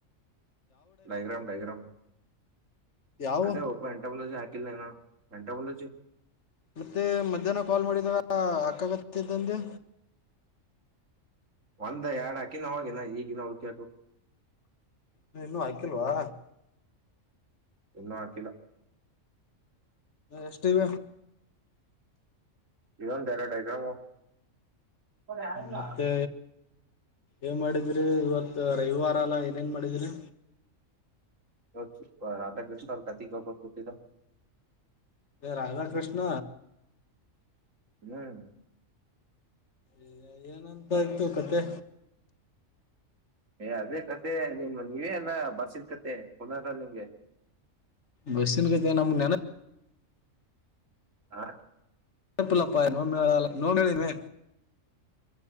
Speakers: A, on the right (about 70°); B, on the left (about 60°).
A: ಡೈಗ್ರಾಮ ಡೈಗ್ರಾಮ್
B: ಯಾವ
A: ಅದೇ ಪ್ಪ ಎಂಟ ಮುಂದ ಜ ಹಾಕಿಲ್ಲನಾ. ಎಂತ ಬಲಾಜಿ
B: ಮತ್ತೆ ಮಧ್ಯಾಹ್ನ ಕಾಲ್ ಮಾಡಿದಾಗ ಹಕಾಗತ್ತಿದ್ದಂದೆ
A: ಒಂದ್ ಎರಡ್ ಹಾಕಿನ್ ಅವವಾಗಿನ ಈಗಿನ ಅವಕ
B: ಇ ಇನ್ನು ಹಾಕಿಲ್ವಾ
A: ಇನ್ನೂ ಮಾಡಕಿಲ್ಲ
B: ಎಷ್ಟಿವ
A: ಇವನ್ ರಾಡೈಗ್ರಾಮ ಒ ಯಲ್ಲ
B: ಮತ್ತೆ ಏನ್ ಮಾಡಿದ್ರಿ ಇವತ್ ರವಿವಾರ ಅಲ್ಲ ಏನೇನ್ ಮಾಡಿದ್ರಿ?
A: ಅ ಸರ್ಕಾರತಿ ಗಪರ ಕೊತಿ
B: ರಾಧಾಕೃಷ್ಣ
A: ಹ್ಮ್
B: ಈಗ ಏನಂತ ಆಯ್ತು ಕತೆ
A: ಏ ಅದೇ ಕತೆ ನಿಮ ನೀವೇಲ್ಲ ಬಸಿದ ಕತೆ ಪುನಾರ ನಿಮಗೆ?
B: ಬಸ್ಸಿನ ಕತೆ ನಮ್ ನೆನ
A: ಹಾ
B: ಹ ಪಿಲ್ಲಪ್ಪಾಯ ನೋ ಮಲ್ಲ ನೋ ಮಳನ